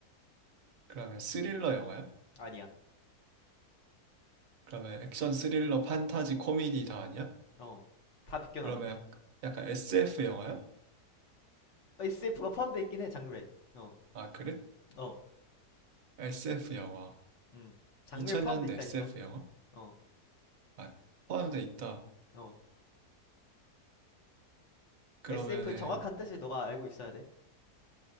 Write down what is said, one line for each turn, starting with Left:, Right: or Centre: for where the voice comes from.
Right: 그러면 스릴러 영화야?
Left: 아니야.
Right: 그러면 액션 스릴러 판타지 코미디 다 아니야?
Left: 어, 다 비껴나갔네.
Right: 그러면 약, 약간 SF 영화야?
Left: SF가 포함돼 있긴 해, 장르에. 어,
Right: 아 그래?
Left: 어,
Right: SF 영화
Left: 음. 장르에
Right: 2000년대
Left: 포함돼 있다
Right: SF
Left: 했어.
Right: 영화?
Left: 어,
Right: 아 포함돼 있다
Left: 어.
Right: 그러면은
Left: SF의 정확한 뜻을 너가 알고 있어야 돼.